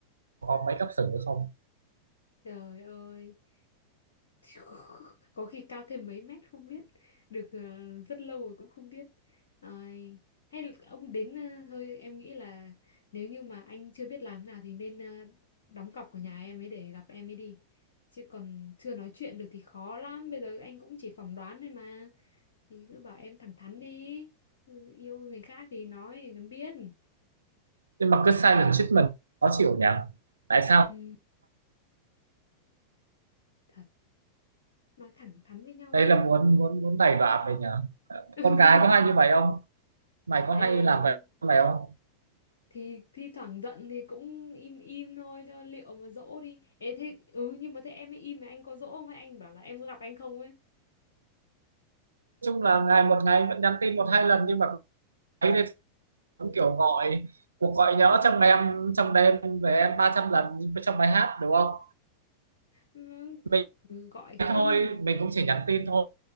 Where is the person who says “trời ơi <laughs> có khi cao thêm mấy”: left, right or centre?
Left